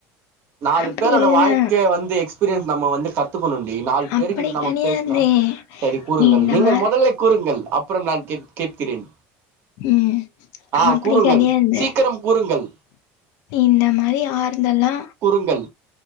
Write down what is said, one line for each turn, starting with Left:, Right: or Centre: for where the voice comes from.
Right: நாலு
Left: அப்படி
Right: பேரோட
Left: இல்ல
Right: வாழ்க்ய வந்து எக்ஸ்பீரியன்ஸ் நம்ம வந்து கத்துக்கணுண்டி நாலு
Left: அப்படி
Right: பேருக்கிட்ட நம்ம
Left: கெடையாது
Right: பேசுனா சரி கூறுங்கள்
Left: நீ இந்த
Right: நீங்கள்
Left: மாரி
Right: மொதல்லை கூறுங்கள் அப்பொறம் நான் கேட் கேட்கிறேன்
Left: ம்
Right: ஆஹ்
Left: அப்படி
Right: கூறுங்கள்
Left: கெடையாது
Right: சீக்கரம் கூறுங்கள்
Left: இந்த மாரி ஆறுதலா
Right: ங்கள்